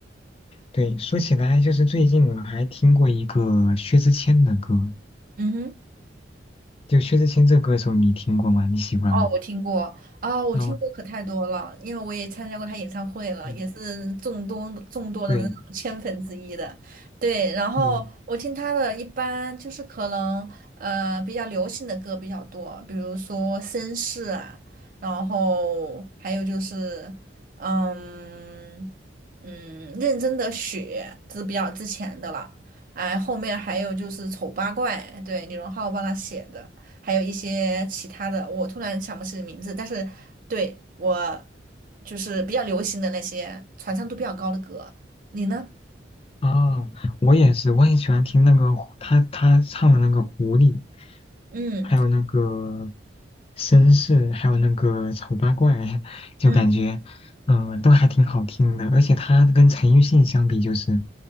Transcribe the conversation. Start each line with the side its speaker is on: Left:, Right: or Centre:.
Left: 对。说起来，就是最近我还听过一个薛之谦的歌，
Right: 嗯哼。
Left: 就薛之谦这歌手你听过吗？你喜欢吗？
Right: 哦，我听过啊，我听过可太多了，
Left: 嗯
Right: 因为我也参加过他演唱会了，
Left: 嗯，
Right: 也是众多众多的那种千粉之一的。
Left: 对，
Right: 对，然后我听他的一般就是可能呃比较流行的歌比较多，
Left: 嗯。
Right: 比如说绅士啊，然后还有就是嗯嗯认真的雪，这是比较之前的了。哎，后面还有就是丑八怪，对，李荣浩帮他写的。还有一些其他的，我突然想不起名字，但是对我就是比较流行的那些传唱度比较高的歌，你呢？
Left: 啊，我也是，我也喜欢听那个狐他他唱的那个狐狸，
Right: 嗯
Left: 还有那个绅士，还有那个丑八怪，<laughs> 就感觉嗯、
Right: 嗯，
Left: 呃都还挺好听的。而且他跟陈奕迅相比，就是